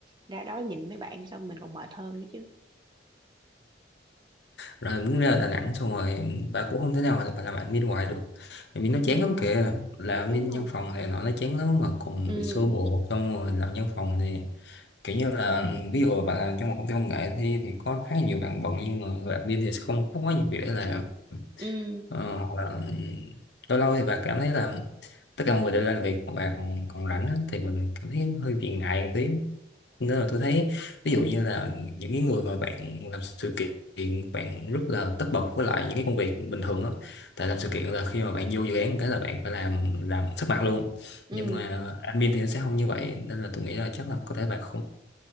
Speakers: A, on the right; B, on the left.
A: ra đó nhìn mấy bạn xong mình còn mệt hơn nữa chứ
B: rồi đến ra Đà Nẵng xong rồi bà cũng không thể nào là bà làm admin hoài được admin nó
A: ừ
B: chán lắm kìa làm
A: đúng
B: admin
A: không
B: văn phòng thì nó nó chán lắm mà còn
A: ừ
B: bị xô bồ xong rồi làm văn phòng thì kiểu như là ví dụ bạn làm trong một công ty công nghệ thì thì có khá nhiều bạn bận nhưng mà bạn kia thì sẽ không có quá nhiều việc để làm
A: ừ
B: ờ, hoặc là lâu lâu thì bạn cảm thấy là tất cả mọi người đều làm việc còn bạn còn, còn rảnh á, thì mình cảm thấy hơi bị ngại một tí nên là tôi thấy ví dụ như là những cái người mà bạn làm sự kiện bạn rất là tất bật với lại những cái công việc bình thường á tại làm sự kiện là khi mà bạn vô dự án cái là bạn phải làm làm sắp mặt luôn
A: ừ
B: nhưng mà admin thì nó sẽ không như vậy nên là tôi nghĩ là chắc là có thể bạn không